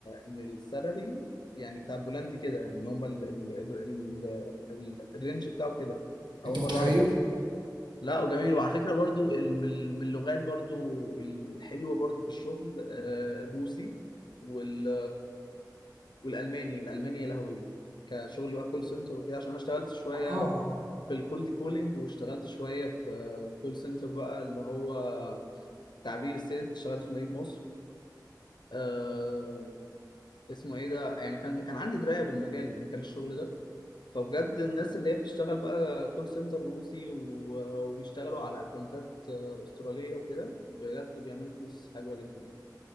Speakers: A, on the left; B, on the right.
A: ان السالري يعني بتاع البولندي كده ان هم ال ال ال ال الرينج بتاعه كده اول
B: انت
A: مره
B: متخيل
A: اعرف ده لا وجميل وعلى فكره برضو ال- من من اللغات برضو الحلوه برضو في الشغل آه، الروسي وال والالماني الالماني يا لهوي كشغل بقى كول سنتر وكده عشان انا اشتغلت شويه
B: اه
A: في الكولد كولينج واشتغلت شويه في كول سنتر بقى اللي هو تعبير الست اشتغلت في مدينة مصر آه اسمه ايه ده يعني كان كان عندي دراية بالمجال مجال الشغل ده فبجد الناس اللي هي بتشتغل بقى كول سنتر روسي و- وبيشتغلوا على اكونتات آه، استرالية وكده بجد بيعملوا فلوس حلوة جدا يعني